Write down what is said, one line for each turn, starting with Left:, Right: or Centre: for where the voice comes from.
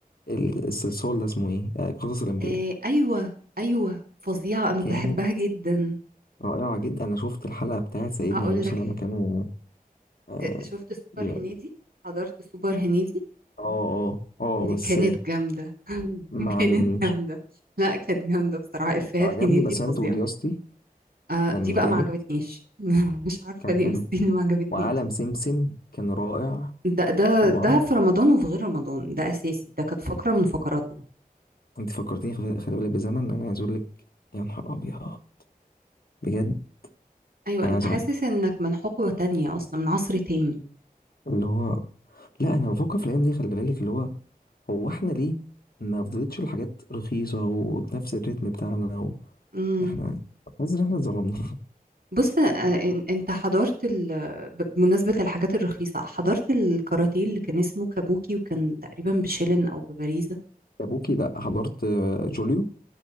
Left: ال- الصلصال ده اسمه ايه آه، قصص الانبياء
Right: إيه أيوه أيوه فظيعة أنا
Left: كانت
Right: بحبها جدا
Left: رائعه جدا انا شفت الحلقه بتاعت سيدنا
Right: أقول
Left: موسى
Right: لك
Left: لما كانوا اه
Right: آه، شفت سوبر
Left: بي-
Right: هنيدي حضرت سوبر هنيدي
Left: اه اه آه،
Right: دي
Left: بس
Right: كانت جامدة <laughs>
Left: ما
Right: كانت
Left: عجبنيش
Right: جامدة لا كانت جامدة بصراحة إفيهات
Left: اللي عجبني
Right: هنيدي
Left: بسنت
Right: فظيعة
Left: ودياستي
Right: آه
Left: كان
Right: دي بقى
Left: جامد
Right: ما عجبتنيش <laughs> مش عارفة
Left: كان
Right: ليه
Left: حلو
Right: بس دي اللي ما عجبتنيش
Left: وعالم سمسم كان رائع
Right: ده ده
Left: طبعا
Right: ده في رمضان وفي غير رمضان ده أساسي ده كانت فقرة من فقراتنا
Left: انت فكرتيني خ- خلي بالك بزمن انا عايز اقول لك يا نهار ابيض بجد
Right: أيوة
Left: انا
Right: أنت
Left: عايز
Right: حاسس
Left: اعيط
Right: إنك من حقبة تانية أصلا من عصر تاني
Left: اللي هو لا انا بفكر في الايام دي خلي بالك اللي هو هو احنا ليه ما فضلتش الحاجات رخيصه وبنفس الريتم بتاعنا و...
Right: امم
Left: احنا حاسس ان احنا اتظلمنا
Right: بص آه إن- أنت حضرت ال... ب- بمناسبة الحاجات الرخيصة حضرت الكاراتيه اللي كان اسمه كابوكي وكان تقريبا بشيلن أو بباريزا
Left: <laughs> ابوكي لا حضرت آه، جوليو